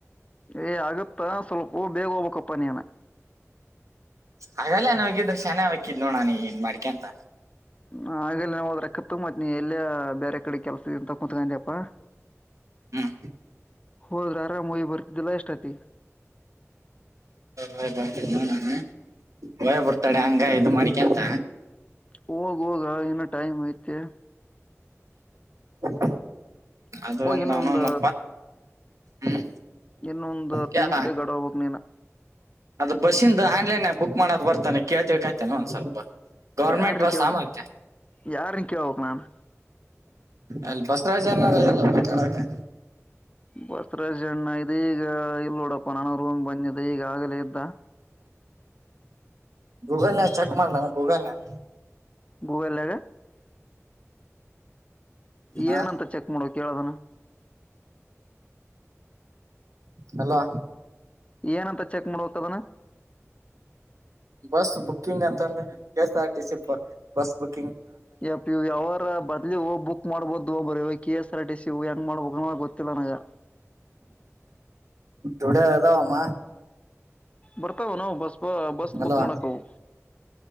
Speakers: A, on the left; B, on the right.
A: ಏ ಆಗುತ್ತಾ ಸ್ವಲ್ಪ ಬೇಗ ಹೋಗ್ಬೇಕಪ್ಪ ನೀನು
B: ಹಾಗಲ್ಲ ನಾವಗಿದ್ರೆ ಶಾನೇ ಹಕ್ಕಿದ್ ನೋಡ ನಾನು ಇದ್ ಮಾಡ್ಕೆಂತ
A: ಹ ಆಗ ಹೋದ್ರಕ್ಕತ್ತು ಮತ್ ನೀ ಎಲ್ಲಿ ಬೇರೆ ಕಡೆ ಕೆಲ್ಸ್ ಇದ್ದೀಯಾ ಅಂತ ಕೂಂತ್ಕೊಡ್ಯಾಪ್ಪ.
B: ಹ್ಮ್
A: ಹೋದ್ರೆ ಆರಾಮ್ ಹೋಗಿ ಬರ್ತಿದ್ದಿಲ್ಲಾ ಇಷ್ಟೋಂತ್ತಿಗೆ.
B: ಹ ಬಕಿ <unintelligible> ಹಯ್ ಬಿಡ್ತಾಳ ಹಂಗ ಇದು ಮಾಡಿಕ್ಯಾಂತ
A: ಹೋಗ್ ಹೋಗ ಇನ್ನು ಟೈಮ್ ಐತೆ
B: ಹ್ಮ್ ಅದು
A: ಹೋಗಿ
B: ಒಂದು
A: ಇನ್ನೊಂದ
B: ಅನತನು ಹ್ಮ್
A: ಇನ್ನೊಂದು ಹತ್ತು
B: ಕೇಳ್ದ
A: ನಿಮಿಷ್ ದಾಗ ಗಾಡಿ ಹೋಗಬೇಕ್ ನೀನು
B: ಅದು ಬಸ್ಸಿಂದ ಆನ್ಲೈನ್ ಆಫ್ ಬುಕ್ ಮಾಡದ್ ಬರ್ತಾನೆ ಕೇಳ್ ತಿಳ್ಕಾಯ್ತಿನ್ ಒಂದ್ ಸ್ವಲ್ಪ ಗೌರ್ಮೆಂಟ್
A: ಯಾರನ್
B: ಬಸಾ
A: ಕೇಳ್ಬಕ್
B: ಮಾತ್ಯ
A: ಯಾರನ್ ಕೇಳ್ಬಕ್ ನಾನ್
B: ಅಲ್ಲಿ ಬಸರಾಜು ಅನ್ನೋರು <unintelligible>
A: ಬಸವರಾಜ್ ಅಣ್ಣ ಇ ಈಗ ಇಲ್ಲ ನೋಡಪ್ಪ ನಾನು ರೂಮ್ ಬಂದಿದೆ ಈಗ ಆಗಲೇ ಇದ್ದ.
B: ಗೂಗಲ್ ನಾಗ ಚೆಕ್ ಮಾಡು ಗೂಗಲ್ ನಗ
A: ಗೂಗಲ್ ನಗ
B: ಹಾ
A: ಏನಂತ ಚೆಕ್ ಮಾಡಬೇಕ್ ಹೇಳು ಅದನ್ನ
B: ಹಲೋ
A: ಏನಂತ ಚೆಕ್ ಮಾಡಬೇಕ್ ಆದ್ದನ
B: ಬಸ್ ಬುಕಿಂಗ್ ಅಂತಂದ್ರೆ K S R T C bus ಬುಕಿ
A: ಯಪ್ ಇ ಯಾವರ ಬಾದ್ಲಿ ಹೋಗ್ ಬುಕ್ ಮಾಡ್ಬೋದು ಇವಾಗ K S R T C ತ್ತಿವು ಹೆಂಗ್ ಮಾಡಬೇಕ್ ಹೋಗ್ ಗೊತ್ತಿಲ್ಲ ನನಗ
B: ಟುಡೇ ಅದಾವಮ್ಮ
A: ಬರ್ತಾವ್ ಏನೋ ಬಸ್ ಬ ಬಸ್
B: ಅಲ್ವಾ
A: ಬುಕ್ ಮಾಡಕಾವು